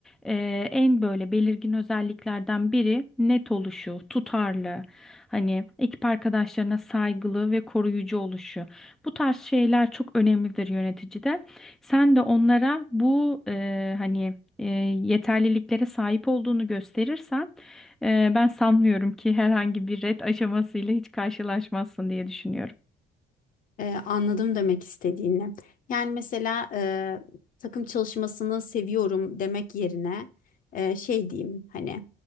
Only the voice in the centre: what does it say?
e, en böyle belirgin özelliklerden biri net oluşu, tutarlı, hani ekip arkadaşlarına saygılı ve koruyucu oluşu. Bu tarz şeyler çok önemlidir yöneticide. Sen de onlara bu e, hani e, yeterliliklere sahip olduğunu gösterirsen ee, ben sanmıyorum ki herhangi bir ret aşamasıyla hiç karşılaşmazsın diye düşünüyorum.